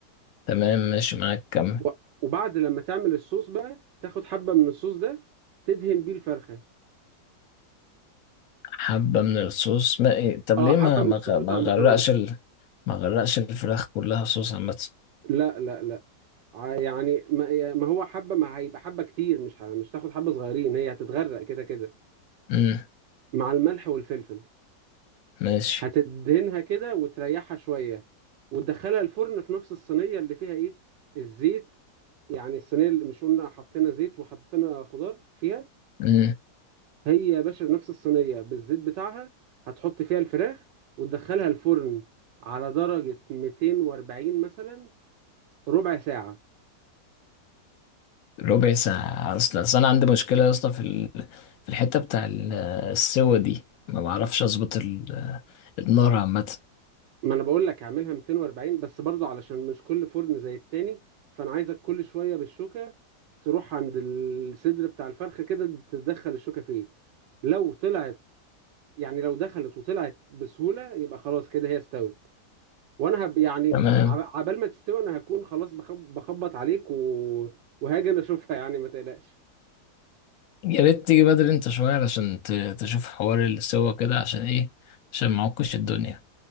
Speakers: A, on the left (about 60°); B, on the right (about 85°).
A: تمام ماشي معاك كمل
B: و- وبعد لما تعمل الصوص بقى تاخد حبة من الصوص ده تدهن بيه الفرخة
A: حبة من الصوص ما... إيه، طب
B: اه
A: ليه
B: حبة
A: ما
B: من
A: ما
B: الصوص
A: غ-
B: بتاع
A: ما
B: المكرونة
A: غرقش ال... ما غرقش الفراخ كلها صوص عامة
B: لا لا لا ع- يعني ما ما هو حبة ما هيبقى حبة كتير مش ه- مش تاخد حبة صغيرين هي هتتغرق كده كده
A: امم
B: مع الملح والفلفل
A: ماشي
B: هتدهنها كده وتريحها شوية وتدخلها الفرن في نفس الصينية اللي فيها ايه الزيت يعني الصينية اللي مش قلنا حطينا زيت وحطينا خضار فيها
A: امم
B: هي يا باشا نفس الصينية بالزيت بتاعها هتحط فيها الفراخ وتدخلها الفرن على درجة 240 مثلا ربع ساعة
A: ربع ساعة أصل أصل أنا عندي مشكلة يا اسطى في ال... في الحتة بتاع ال- السوا دي ما بعرفش أظبط ال... النار عامة
B: ما انا بقول لك اعملها 240 بس برضو علشان مش كل فرن زي التاني فانا عايزك كل شوية بالشوكة تروح عند الصدر بتاع الفرخة كده تدخل الشوكة فيه لو طلعت يعني لو دخلت وطلعت بسهولة يبقى خلاص كده هي استوت وانا هب يعني
A: تمام
B: عب- عبال ما تستوي انا هكون خلاص بخب- بخبط عليك و... وهاجي انا اشوفها <laughs> يعني ما تقلقش
A: يا ريت تيجي بدري انت شوية علشان ت- تشوف حوار السوا كده عشان ايه عشان معكش الدنيا